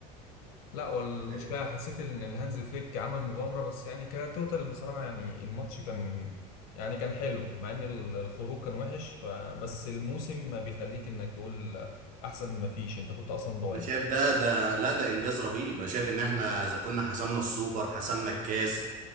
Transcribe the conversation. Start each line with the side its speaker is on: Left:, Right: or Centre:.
Left: لا والمشكلة
Right: آه،
Left: حسيت ان الهانز فليك عمل مغامرة بس يعني كتوتال بصراحة يعني الماتش كان يعني كان حلو مع ان ال- الخروج كان وحش ف- بس الموسم ما بيخليك انك تقول احسن ما فيش انت كنت اصلا ضايع
Right: انا شايف ده ده لا ده انجاز رهيب انا شايف ان احنا اذا كنا حسمنا السوبر حسمنا الكاس